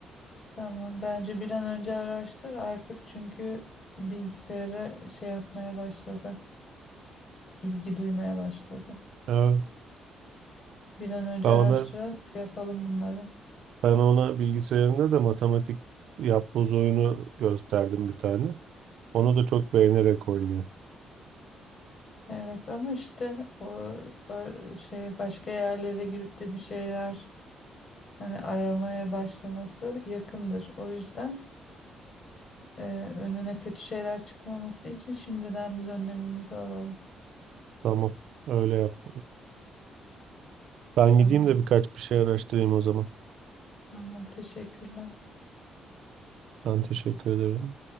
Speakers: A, on the left (about 50°); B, on the right (about 75°).
A: Tamam, bence bir an önce araştır artık çünkü bilgisayara şey yapmaya başladı. Bilgi duymaya başladı.
B: Evet.
A: Bir an önce
B: Ben ona,
A: araştıralım da yapalım bunları.
B: ben ona bilgisayarında da matematik yapboz oyunu gösterdim bir tane. Onu da çok beğenerek oynuyor.
A: Evet ama işte o a- şey başka yerlere girip de bir şeyler hani aramaya başlaması yakındır. O yüzden e, önüne kötü şeyler çıkmaması için şimdiden biz önlemimizi alalım.
B: Tamam. Öyle yap. Ben
A: Tamam,
B: gideyim de birkaç bir şey araştırayım o zaman.
A: tamam teşekkürler.
B: Ben teşekkür ederim.